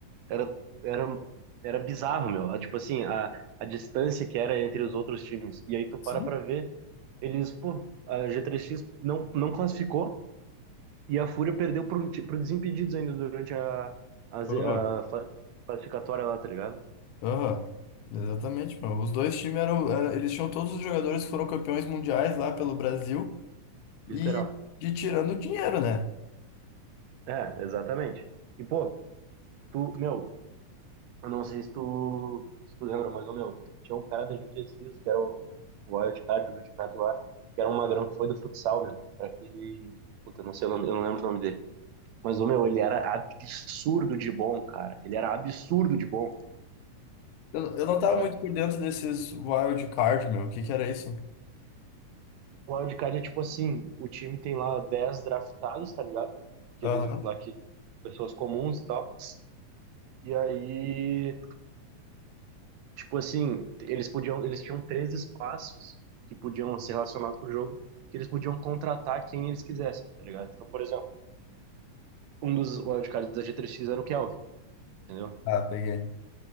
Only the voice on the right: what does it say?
Era, era, era bizarro, meu. Ah, Tipo assim, a, a distância que era entre os outros times. E aí tu
para pra ver, eles, pô, a G3X não, não classificou e a Fúria perdeu pro, ti- pro Desimpedidos ainda durante a, a, Z-
a fa- classificatória lá, tá ligado?
Literal.
É, exatamente. E, pô, tu, meu, Eu não sei se tu, se tu lembra, mas, ô, meu, tinha um cara da G3X, que era o, o Wild Card, o Wild Card lá, que era um magrão que foi do futsal, meu. Era aquele. Puta, não sei o nome, eu não lembro o nome dele. Mas, ô, meu, ele era absurdo de bom, cara. Ele era absurdo de bom.
Era...
O Wild Card é tipo assim: o time tem lá 10 draftados, tá ligado? Aqueles
lá que. Pessoas comuns e tal. E aí Tipo assim, eles podiam, eles tinham três espaços que podiam ser relacionados pro jogo, que eles podiam contratar quem eles quisessem, tá ligado? Então, por exemplo, um dos wildcards da G3X era o Kelvin, entendeu?